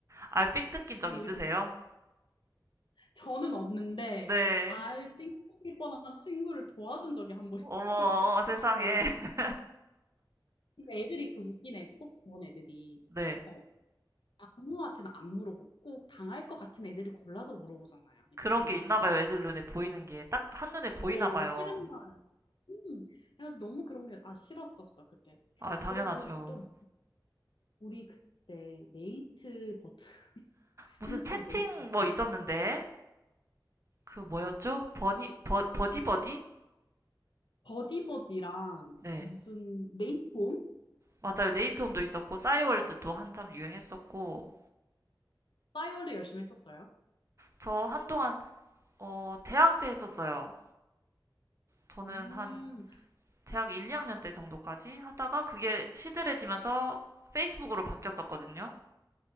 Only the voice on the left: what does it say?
그리고
우리 그- 저는 없는데
알삥 뜯길 뻔한 친구를 도와준 적이 한 번
있어. <laughs>
지금.
진짜 애들이 그 웃긴 애들, 꼭 그런 애들이
어, 아무한테나 안 물어보고 꼭 당할 것 같은 애들을 골라서 물어보잖아요. 그러니까
좀
애들이
막,
어,
싫은 말. 음. 그래가지고 너무 그런 게, 아, 싫었었어, 그때.
그리고 또 우리 그때 네이트 버튼, <laughs>
핸드폰에
네이트 버튼
있었고,
버디버디랑
무슨 네이트홈?
싸이월드 열심히 했었어요.
음,